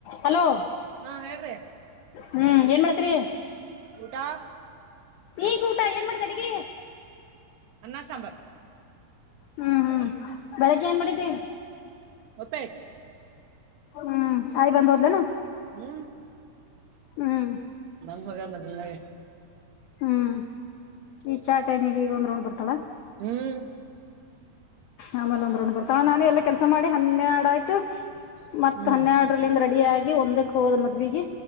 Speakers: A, on the left; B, on the right.
A: Hello
B: ಹಾ ಹೇಳ್ರಿ
A: ಹ್ಮ್ ಏನ್ ಮಾಡತ್ರಿ
B: ಊಟಾ
A: ಈಗ ಊಟ ಏನ್ ಮಾಡ್ದ ನಗೆ
B: ಅನ್ನ ಸಾಂಬಾರ್
A: ಹ್ಮ್ ಹ್ಮ್ ಬೆಳಿಗ್ಗೆ ಏನ್ ಮಾಡಡಿದ
B: ಒಪೆ <inaudible>
A: ಹ್ಮ್ ಆಯ್ ಬಂದ್ ಹೋದ್ಲನ
B: ಹ್ಮ್ <inaudible>
A: ಹ್ಮ್
B: ನನ್ ಹಗ ಮದೆ <inaudible>
A: ಹ್ಮ್ ಈ ಚಾ ಟೈಮಿಗೆ ಈಗ ಒಂದ್ಗೊಂಡ್ ಬರ್ತಲ್ಲಾ
B: ಹ್ಮ್
A: ಆಮೇಲೆ ಒಂದ ರೌಂಡ್ ಬರ್ತವ ನಾನೇ ಎಲ್ಲ ಕೆಲ್ಸ ಮಾಡಿ ಹನ್ನೆರಡು ಆಯ್ತು ಮತ್ತ
B: ಹ್ಮ್
A: ಹನ್ನೆರಡರಲ್ಲಿಂದ ರೆಡಿಯಾಗಿ ಒಂದಕ್ಕೆ ಹೋದಗಿ ಮದ್ವೆಗಿ